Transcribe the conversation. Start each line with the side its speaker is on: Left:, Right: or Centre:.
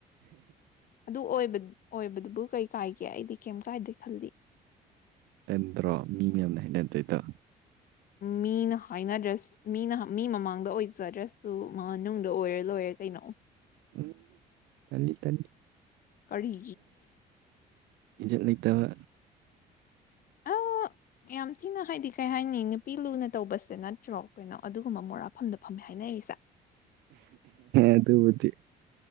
Left: ꯑꯗꯨ ꯑꯣꯏꯕ ꯑꯣꯏꯕꯗꯨꯕꯨ ꯀꯩ ꯀꯥꯏꯒꯦ ꯑꯩꯗꯤ ꯀꯩ ꯀꯥꯏꯗꯦ ꯈꯜꯂꯤ
Right: ꯅ ꯅꯠꯇ꯭ꯔꯣ ꯃꯤ ꯃꯌꯥꯝꯅ ꯍꯥꯏꯩꯅꯗꯦꯗ
Left: ꯃꯤꯅ ꯍꯥꯏꯅꯗ꯭ꯔꯦꯁ ꯃꯤꯅ ꯃꯤ ꯃꯃꯥꯡꯗ ꯑꯣꯏꯖꯗ꯭ꯔꯦ ꯑ ꯃꯥ ꯅꯨꯡꯗ ꯑꯣꯏꯔꯦ ꯂꯣꯏꯔꯦ ꯀꯩꯅꯣ
Right: ꯎꯝ ꯇꯅꯤ ꯇꯅꯤ
Left: ꯀꯔꯤ
Right: ꯏꯖꯠ ꯂꯩꯇꯕ <unintelligible>
Left: ꯑ ꯌꯥꯝ ꯊꯤꯅ ꯍꯥꯏꯗꯤ ꯀꯩ ꯍꯥꯏꯅꯤ ꯅꯨꯄꯤ ꯂꯨꯅ ꯇꯧꯕꯁꯦ ꯅꯠꯇ꯭ꯔꯣ ꯀꯩꯅꯣ ꯑꯗꯨꯒꯨꯝꯕ ꯃꯣꯔꯥꯐꯝꯗ ꯐꯝꯃꯦ ꯍꯥꯏꯅꯤ ꯁ
Right: ꯑꯗꯨꯕꯨꯗꯤ